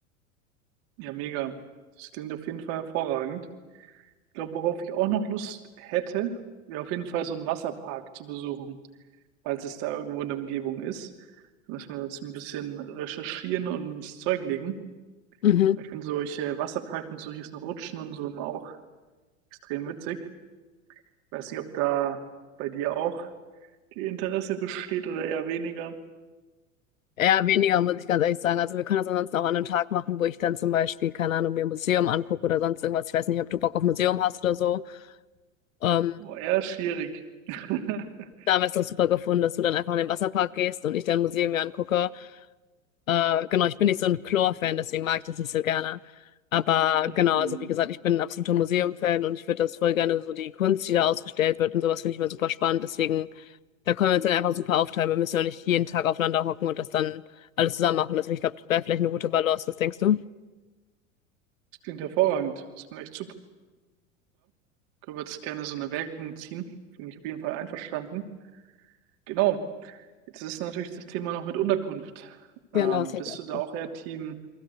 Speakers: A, on the right; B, on the left.
A: Ja, mega. Das klingt auf jeden Fall hervorragend. Ich glaube, worauf ich auch noch Lust hätte, wäre auf jeden Fall so einen Wasserpark zu besuchen, falls es da irgendwo in der Umgebung ist. Da müssen wir uns ein bisschen recherchieren und ins Zeug legen.
B: Mhm.
A: Weil Ich finde solche Wasserparks mit so riesen Rutschen und so immer auch extrem witzig. Weiß nicht, ob da bei dir auch die Interesse besteht oder eher weniger.
B: Eher weniger, muss ich ganz ehrlich sagen. Also wir können das ansonsten auch an einem Tag machen, wo ich dann zum Beispiel, keine Ahnung, mir ein Museum angucke oder sonst irgendwas. Ich weiß nicht, ob du Bock auf Museum hast oder so. Ähm,
A: Boah, eher schwierig. <laughs>
B: da haben wir es doch super gefunden, dass du dann einfach in den Wasserpark gehst und ich dann ein Museum mir angucke. Äh, genau, ich bin nicht so ein Chlor-Fan, deswegen mag ich das nicht so gerne. Aber
A: Hm,
B: genau, also wie gesagt, ich bin ein absoluter Museum-Fan und ich würde das voll gerne so die Kunst, die da ausgestellt wird und sowas finde ich immer super spannend. Deswegen, da können wir uns dann einfach super aufteilen. Wir müssen ja nicht jeden Tag aufeinander hocken und das dann alles zusammen machen. Deswegen, ich glaube, das wäre vielleicht eine gute Balance. Was denkst du?
A: das klingt hervorragend. Das klingt echt super. Können wir das gerne so in Erwägung ziehen? Bin ich auf jeden Fall einverstanden. Genau. Jetzt ist natürlich das Thema noch mit Unterkunft.
B: Genau,
A: Ähm,
B: das hab
A: bist
B: ich auch
A: du da
B: gemacht.
A: auch eher Team